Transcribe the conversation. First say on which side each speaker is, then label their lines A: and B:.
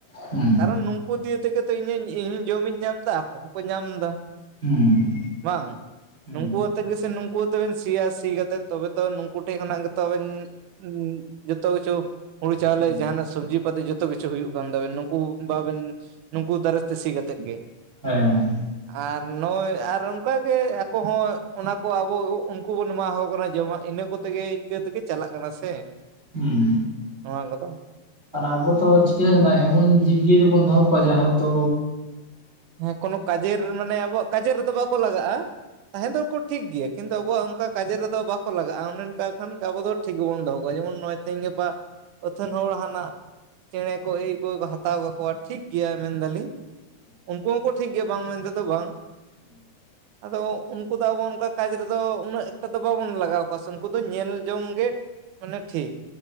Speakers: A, on the right; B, on the right.
A: ᱦᱩᱸ
B: ᱠᱟᱨᱚᱱ ᱱᱩᱝᱠᱩ ᱫᱤᱭᱮ ᱛᱮᱜᱮ ᱛᱚ ᱤᱧᱤᱧ ᱤᱧ ᱡᱚᱢ ᱤᱧ ᱧᱟᱢ ᱮᱫᱟ, ᱟᱠᱚ ᱦᱚᱸᱠᱚ ᱧᱟᱢ ᱮᱫᱟ᱾
A: ᱦᱩᱸ᱾
B: ᱵᱟᱝᱼᱟ,
A: ᱦᱩᱸ
B: ᱱᱩᱝᱠᱩ ᱟᱛᱮᱫ ᱜᱮᱥᱮ ᱱᱩᱸᱠᱩ ᱟᱛᱮ ᱵᱤᱱ ᱥᱤᱭᱟ ᱥᱤ ᱠᱟᱛᱮᱫ ᱛᱚᱵᱮ ᱛᱚ ᱱᱩᱝ ᱠᱩ ᱴᱷᱮᱡ ᱠᱷᱚᱱᱟᱝ ᱜᱮᱛᱚ ᱟᱹᱵᱤᱱ ᱩᱸ ᱡᱚᱛᱚ ᱠᱤᱪᱩ ᱦᱩᱲᱩ ᱪᱟᱣᱞᱮ
A: ᱦᱩᱸ
B: ᱡᱟᱦᱟᱱᱟ ᱥᱚᱵᱽᱡᱤ ᱯᱟᱹᱛᱤ ᱡᱚᱛ- ᱛᱚ ᱠᱤᱪᱷᱩ ᱦᱩᱭᱩᱜ ᱠᱟᱱ ᱛᱟᱵᱮᱱ ᱱᱩᱠᱩ ᱵᱟᱵᱮᱱ ᱱᱩᱠᱩ ᱫᱟᱨᱮᱥ ᱛᱮ ᱥᱤ ᱠᱟᱛᱮᱫ ᱜᱮ᱾
A: ᱦᱮᱸ᱾
B: <inaudible> ᱟᱨ ᱱᱚᱜ-ᱚᱭ ᱟᱨ ᱚᱱᱠᱟ ᱜᱮ ᱟᱠᱚ ᱦᱚᱸ ᱚᱱᱟ ᱠᱚ ᱟᱵᱚ ᱜᱮᱜᱚ ᱩᱱᱠᱩ ᱵᱚᱱ ᱮᱢᱟ ᱦᱟᱠᱚ ᱠᱟᱱᱟ ᱡᱚᱢᱟᱜ, ᱤᱱᱟᱹ ᱠᱚᱛ- ᱛᱮᱜᱮ ᱤᱱᱠᱟᱹ ᱛᱮᱜᱮ ᱪᱟᱞᱟᱜ ᱠᱟᱱᱟ ᱥᱮ,
A: ᱦᱩᱸ
B: ᱱᱚᱣᱟ ᱠᱚᱫᱚ᱾
A: ᱟᱨ ᱟᱵᱚ ᱛᱚ ᱪᱤᱠᱟᱹ ᱦᱟᱠᱟᱱᱟ ᱮᱢᱚᱱ ᱡᱤᱵᱽ ᱡᱤᱭᱟᱹᱞᱤ ᱵᱚᱱ ᱫᱚᱦᱚ ᱠᱚᱣᱟ ᱡᱟ ᱦᱟᱛᱚ
B: ᱦᱮᱸ ᱠᱳᱱᱳ ᱠᱟᱡᱮᱨ ᱢᱟᱱᱮ ᱟᱵᱚᱣᱟᱜ ᱠᱟᱡᱮᱨ ᱨᱮᱫᱚ ᱵᱟᱠᱚ ᱞᱟᱜᱟᱜ-ᱟ ᱛᱟᱦᱮᱸ ᱫᱚᱠᱚ ᱴᱷᱤᱠ ᱜᱮᱭᱟ, ᱠᱤᱱᱛᱩ ᱟᱵᱚᱣᱟᱜ ᱚᱱᱠᱟ ᱠᱟᱡᱮᱨ ᱨᱮᱫᱚ ᱵᱟ ᱠᱚ ᱞᱟᱜᱟᱜ ᱚᱱᱮ ᱚᱱᱠᱟ ᱠᱷᱟᱱ ᱟᱵᱚ ᱫᱚ ᱴᱷᱤᱠ ᱵᱚᱱ ᱫᱚᱦᱚ ᱠᱚᱣᱟ ᱡᱮᱢᱚᱱ ᱱᱚᱭᱼᱚᱭ ᱛᱮᱦᱮᱧ ᱜᱟᱯᱟ ᱟᱹᱛᱷᱟᱹᱱ ᱦᱚᱲ ᱦᱟᱱᱟᱜ ᱪᱮᱬᱮ ᱠᱚ ᱟᱹᱭᱠᱩ ᱠᱚᱠᱚ ᱦᱟᱛᱟᱣ ᱠᱟᱠᱚᱣᱟ ᱴᱷᱤᱠ ᱜᱮᱭᱟ ᱢᱮᱱ ᱮᱫᱟ ᱞᱤᱧ ᱩᱱᱠᱩ ᱦᱚᱸᱠᱚ ᱴᱷᱤᱠ ᱜᱮᱭᱟ ᱵᱟᱝ ᱢᱮᱱᱛᱮ ᱫᱚ ᱵᱟᱝ, ᱟᱫᱚ ᱩᱱᱠᱩ ᱫᱚ ᱟᱵᱚ ᱚᱱᱠᱟ ᱠᱟᱡᱽ ᱨᱮᱫᱚ ᱩᱱᱟᱹᱜ ᱮᱠᱴᱟ ᱫᱚ ᱵᱟᱵᱚᱱ ᱞᱟᱜᱟᱣ ᱠᱚᱣᱟ ᱥᱮ ᱩᱱᱠᱩ ᱫᱚ ᱧᱮᱞ ᱡᱚᱝ ᱜᱮ ᱢᱟᱱᱮ ᱴᱷᱤᱠ᱾